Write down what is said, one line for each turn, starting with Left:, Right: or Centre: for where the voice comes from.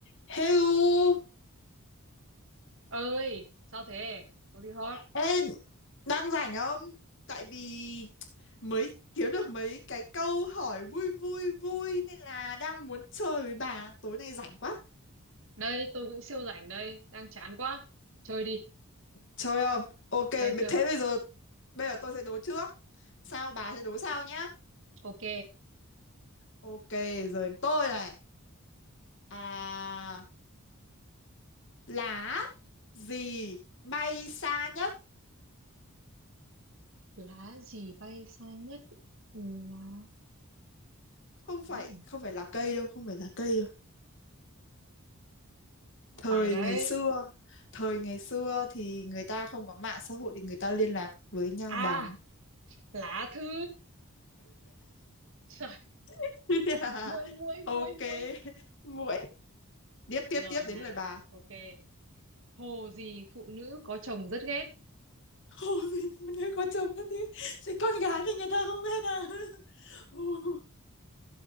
Left: Hello,
Right: ơi sao thế có gì hot
Left: ê, đang rảnh không? Tại vì mới kiếm được mấy cái câu hỏi vui vui vui nên là đang muốn chơi với bà. Tối nay rảnh quá.
Right: đây tôi cũng siêu rảnh đây đang chán quá chơi đi
Left: Chơi không? Ok, b-
Right: chơi chơi
Left: thế bây giờ bây giờ tôi sẽ đố trước. Sao bà sẽ đố sau nhá.
Right: ok
Left: Ok, giờ đến tôi này. À, lá gì bay xa nhất?
Right: lá gì bay xa nhất lá
Left: Không phải,
Right: Ừm,
Left: không phải là cây đâu, không phải là cây đâu.
Right: khoai
Left: thời
Right: đấy
Left: ngày xưa thời ngày xưa thì người ta không có mạng xã hội thì người ta liên lạc với nhau
Right: à
Left: bằng
Right: lá thư trời
Left: <laughs> Yeah.
Right: muỗi muỗi muỗi
Left: ok
Right: muỗi
Left: muội tiếp tiếp
Right: giờ
Left: tiếp
Right: nè
Left: đến lời bà
Right: ok hồ gì phụ nữ có chồng rất ghét
Left: hồ gì phụ nữ có chồng đó thế thì con gái thì người ta không ghét à <laughs> Hồ-